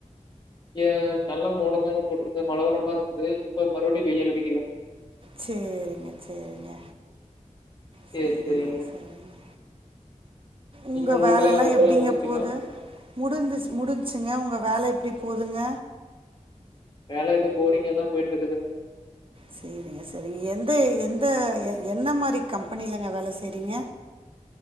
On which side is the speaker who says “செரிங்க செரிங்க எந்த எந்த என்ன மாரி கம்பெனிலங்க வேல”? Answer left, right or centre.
Right